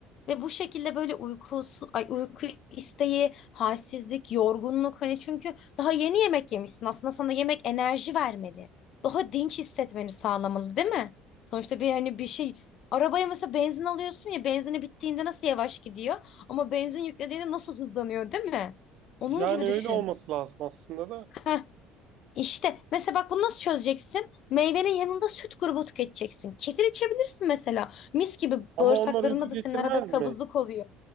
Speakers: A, on the left (about 55°); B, on the right (about 65°).
A: Ve bu şekilde böyle uykusu, ay uyku isteği, halsizlik, yorgunluk hani çünkü daha yeni yemek yemişsin. Aslında sana yemek enerji vermeli. Daha dinç hissetmeni sağlamalı, değil mi? Sonuçta bir hani bir şey arabaya mesela benzin alıyorsun ya benzini bittiğinde nasıl yavaş gidiyor ama benzin yüklediğinde nasıl hızlanıyor, değil mi? Onun
B: Yani
A: gibi
B: öyle
A: düşün.
B: olması lazım aslında da.
A: Heh, işte mesela bak bunu nasıl çözeceksin? Meyvenin yanında süt grubu tüketeceksin. Kefir içebilirsin mesela. Mis gibi
B: Ama
A: bağırsaklarında
B: onlar uyku getirmez
A: da senin arada kabızlık
B: mi?
A: oluyor.